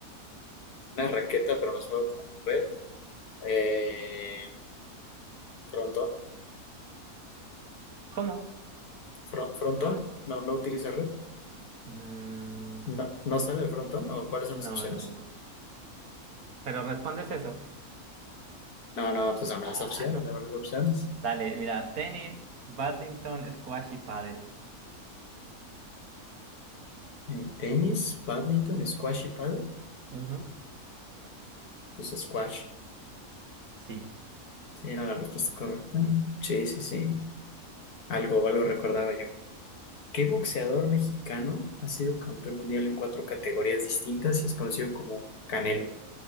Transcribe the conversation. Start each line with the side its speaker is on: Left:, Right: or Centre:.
Left: Una raqueta, pero no solo con red. Eh, frontón.
Right: ¿Cómo?
Left: Fro- frontón. No, no utiliza red.
Right: Mm,
Left: No, no sale el frontón. ¿O cuáles son
Right: No,
Left: las opciones?
Right: no, no. no. Pero respondes eso.
Left: No, no, pues dame
Right: Ah.
Left: las opciones, dame las opciones.
Right: Dale, mira, tenis, badminton, squash y pádel.
Left: Eh, tenis, badminton, squash y pádel.
Right: Ujú.
Left: Pues squash.
Right: Sí,
Left: Sí, era la respuesta correcta.
Right: bien.
Left: Sí, sí, sí. Algo, algo recordaba yo. ¿Qué boxeador mexicano ha sido campeón mundial en cuatro categorías distintas y es conocido como Canelo?